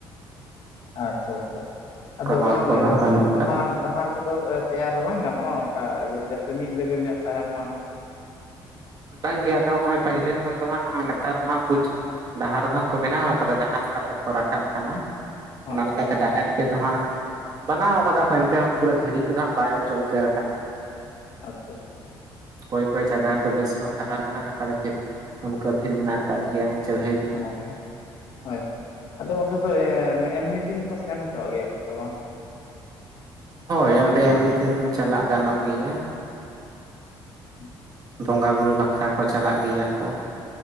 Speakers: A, on the left; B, on the right.
A: ᱟᱪᱪᱷᱟ ᱟᱪᱪᱷᱟ
B: ᱚᱱᱠᱟ
A: ᱟᱫᱚ
B: ᱦᱚᱨ
A: ᱵᱟᱝ
B: ᱠᱚᱫᱚ ᱦᱟᱸᱜ ᱵᱟᱹᱱᱩᱜ ᱟᱠᱟᱫᱟ
A: ᱚᱱᱟ ᱰᱟᱦᱟᱨ ᱠᱚᱫᱚ ᱛᱮᱭᱟᱨ ᱵᱟᱝ ᱜᱟᱱᱚᱜᱼᱟ? ᱚᱱᱠᱟ ᱡᱟᱛᱮ ᱢᱤᱫ ᱞᱮᱵᱮᱞ ᱧᱚᱜ ᱛᱟᱦᱮᱱ ᱢᱟ ᱾
B: ᱵᱟᱝ ᱜᱮᱭᱟ ᱟᱫᱚ ᱦᱚᱜᱼᱚᱭ ᱯᱟᱹᱭᱞᱟᱹ ᱠᱷᱚᱱ ᱫᱚ ᱦᱟᱸᱜ ᱱᱮᱛᱟᱨ ᱫᱚ ᱦᱟᱜ ᱠᱩᱪ ᱰᱟᱦᱟᱨ ᱫᱚ ᱦᱟᱸᱜ ᱠᱚ ᱵᱮᱱᱟᱣᱟ ᱠᱟᱫᱟ ᱡᱟᱦᱟᱸ ᱞᱮᱠᱟ ᱛᱮᱠᱚ ᱨᱟᱠᱟᱵ ᱠᱟᱱᱟ
A: ᱦᱚᱸ
B: ᱚᱱᱟ ᱞᱮᱠᱟᱛᱮ ᱰᱟᱦᱟᱨ ᱛᱮᱫᱚ ᱦᱟᱸᱜ ᱵᱟᱱᱟᱣ ᱠᱟᱫᱟ ᱠᱚ ᱮᱱᱛᱮ ᱨᱮᱦᱚᱸ ᱯᱩᱨᱟᱹ ᱫᱷᱤᱨᱤ ᱠᱚᱫᱚ ᱦᱟᱸᱜ ᱵᱟᱭ ᱚᱪᱚᱜ ᱩᱛᱟᱹᱨ ᱟᱠᱟᱱ ᱜᱮᱭᱟ ᱾
A: ᱟᱪᱪᱷᱟ,
B: ᱠᱚᱭ ᱠᱚᱭ ᱡᱟᱭᱜᱟ ᱨᱮᱫᱚ ᱵᱮᱥ ᱧᱚᱜ ᱰᱟᱦᱟᱨ ᱢᱮᱱᱟᱜ ᱟᱠᱟᱫᱟ ᱯᱷᱤᱨ ᱚᱱᱠᱟ ᱯᱷᱤᱨ ᱢᱮᱱᱟᱠ ᱠᱟᱜ ᱜᱮᱭᱟ ᱪᱟᱨᱦᱟᱹᱭ ᱾
A: ᱚ ᱦᱳᱭ ᱟᱫᱚ ᱚᱸᱰᱮ ᱫᱚ ᱮᱢᱱᱤ ᱫᱤᱱ ᱠᱚ ᱥᱮᱱ ᱦᱚᱪᱚᱣᱟᱜ ᱜᱮᱭᱟ ᱠᱚ ᱥᱮ ᱵᱟᱝ?
B: ᱦᱳᱭ ᱚᱸᱰᱮ ᱮᱢᱱᱤ ᱫᱤᱱ ᱪᱟᱞᱟᱜ ᱜᱟᱱᱚᱜ ᱜᱮᱭᱟ ᱾
A: ᱦᱩᱸ,
B: ᱵᱚᱸᱜᱟ ᱵᱩᱨᱩ ᱵᱟᱠᱷᱨᱟ ᱠᱚ ᱪᱟᱞᱟᱜ ᱜᱮᱭᱟ ᱠᱚ ᱾